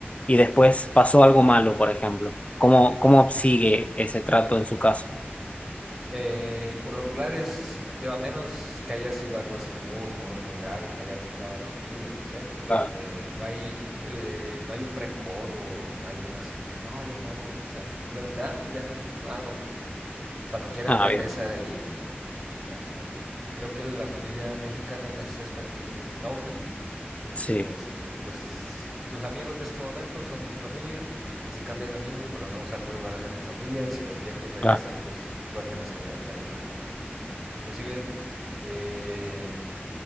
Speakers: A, on the left; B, in the centre.
A: y después pasó algo malo, por ejemplo, ¿cómo, cómo sigue ese trato en su caso?
B: Eh, por lo regular es, digo, a menos que haya sido algo así muy, muy, muy grave, que haya afectado a la familia o lo que sea,
A: Claro,
B: eh, no hay, eh, no hay un rencor o no hay una así de que no, ya no, o sea, simplemente, ah, pues ya no es tu amigo, ah, bueno, pues ya. Cuando quiera
A: Ah,
B: regresa
A: bien,
B: y, y ya, o sea, creo que la familia mexicana en ese aspecto es muy noble
A: sí,
B: de decir, pues tus amigos de este momento son mi familia, y si cambias de amigos, pues los nuevos amigos van a ser mi familia, y si los viejos regresan,
A: claro,
B: pues vuelven a ser de la familia, ¿no? Inclusive eh,